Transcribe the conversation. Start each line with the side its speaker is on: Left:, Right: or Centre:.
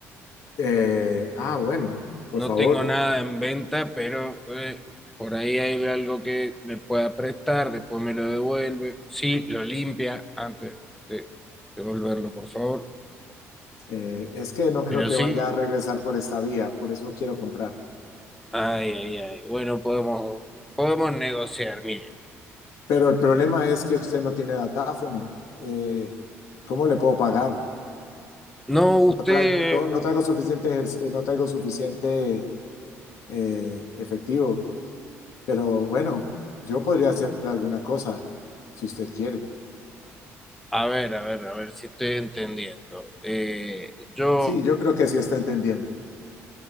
Left: eh, ah, bueno, por
Centre: No
Left: favor.
Centre: tengo nada en venta, pero eh, por ahí hay algo que le pueda prestar, después me lo devuelve. Sí, lo limpia antes de devolverlo, por favor.
Left: eh, es que no creo
Centre: Pero
Left: que
Centre: sí,
Left: vaya a regresar por esta vía, por eso quiero comprar.
Centre: ay, ay, ay. Bueno, podemos, podemos negociar, mire.
Left: Pero el problema es que usted no tiene datáfono. eh, ¿cómo le puedo pagar?
Centre: No,
Left: No
Centre: usted,
Left: traigo,
Centre: u-
Left: no traigo suficiente, ejerci- eh, no traigo suficiente eh, efectivo, pero bueno, yo podría hacer alguna cosa si usted quiere.
Centre: a ver, a ver, a ver si estoy entendiendo. Eh, yo,
Left: Sí, yo creo que sí está entendiendo.